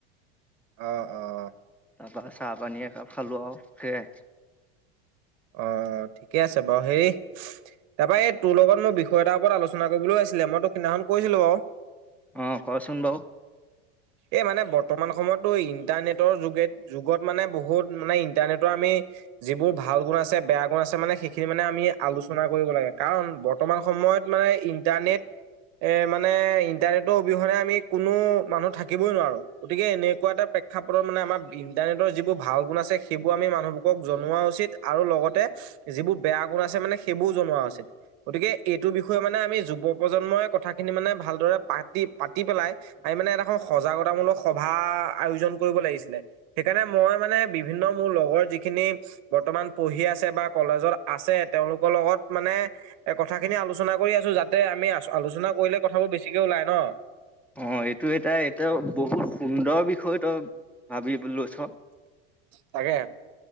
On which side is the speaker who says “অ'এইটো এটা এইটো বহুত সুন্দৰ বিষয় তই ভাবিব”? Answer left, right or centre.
Centre